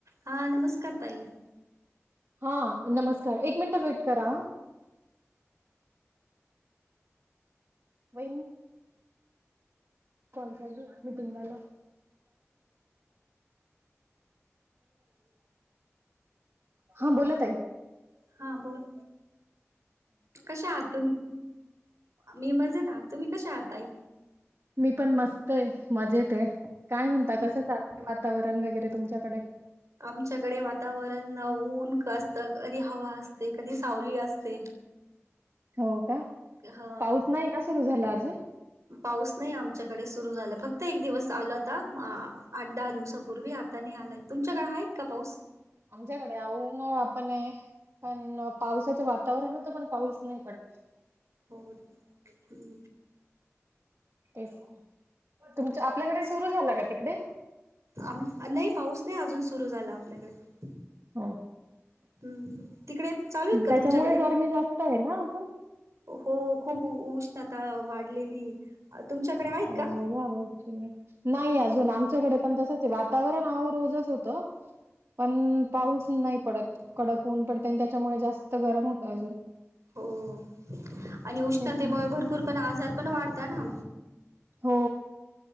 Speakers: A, on the right; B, on the right.
A: हा नमस्कार ताई
B: हा नमस्कार एक मिनिट वेट करा बहिनी कॉलल मी तुम्हाला हा बोलत आहे
A: हा बोल कश आहात तुम्ही मी मजेत आहात तुम्ही कशा आाताई
B: मी पण मस्त आहे मजेत आहे काय म्हणता
A: हम्म
B: कसं चालते वातावरण वगैरे तुमच्याकडे
A: आमच्याकडे वातावरण ऊन असत कधी हवा असते कधी सावली असते
B: हो का
A: ह
B: पाऊस नाही ना सुरू झाला अजून
A: पाऊस नाही आमच्याकडे सुरू झाला फक्त एक दिवस आलंता आठ दहा दिवसापूर्वी आता नाही आलाय तुमच्याकडे आहेत का पाऊस
B: आमच्याकडे अनळा पण आहे पण पावसाचं वातावरण होतं पण पाऊस नाही पडत
A: होर हम्म
B: तेच तुमच आपल्याकडे सुरु झाला का तिकडे
A: आम नाही पाऊस नाही अजून सुरू झाला आपल्याकडे
B: हो
A: हम्म तिकडे चालू आहेत का
B: त्याच्यामुळे
A: तुमच्याकडे
B: गर्मी जास्त आहे ना अण
A: हो खूप उष्णता वाढलेली तुमच्याकडे आहेत
B: हो
A: का
B: या नाही अजून आमच्याकडे पण तसच वातावरण नाव रोजच होतं पण पाऊस नाही पडत कडक होऊन पडते आणि त्याच्यामुळे जास्त गरम होत अजून
A: हो आणि उष्णतेमुळे
B: तेच नाही
A: भरपूर पण आजार पण वाढता ना
B: हो